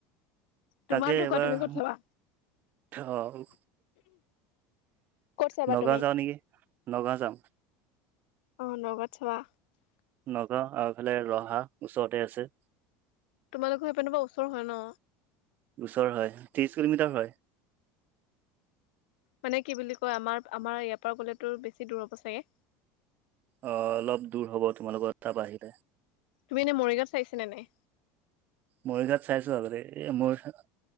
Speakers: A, on the left; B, on the right.
A: তোমাৰ
B: তাকে
A: ঢুকুৱা
B: এবাৰ
A: তুমি ক'ত চাবা
B: অ'।
A: কত চাবা
B: নগাঁও
A: তুমি
B: যাওঁ নেকি নগাঁও যাম
A: অ, নগাওঁত চাবা?
B: নগাঁও আৰু ফালে ৰহা ওচৰতে আছে।
A: তোমালোকৰ সেইপিনৰ পৰা ওচৰ হয় ন।
B: ওচৰ হয় ত্ৰিশ কিলোমিটাৰ হয়।
A: মানে কি বুলি কয় আমাৰ, আমাৰ ইয়াৰ পৰা গ'লেতো বেছি দূৰ হ'ব চাগে।
B: অ, অলপ দূৰ হ'ব তোমালোকৰ তাৰপৰা আহিলে।
A: তুমি এ মৰিগাঁও চাইছিলানে নাই?
B: মৰিগাঁৱত চাইছোঁ আগতে এই মৰি